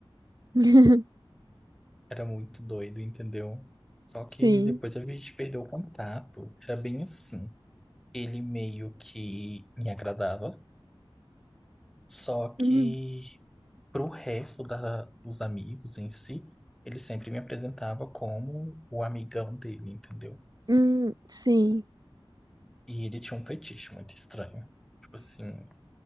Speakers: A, on the right; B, in the centre.
A: <laughs>
B: Era muito doido, entendeu? Só que
A: Sim.
B: depois a gente perdeu o contato. Era bem assim. Ele meio que me agradava, só que
A: Uhum.
B: pro resto da, dos amigos em si, ele sempre me apresentava como o amigão dele, entendeu?
A: Hum, sim.
B: E ele tinha um fetiche muito estranho. Tipo assim,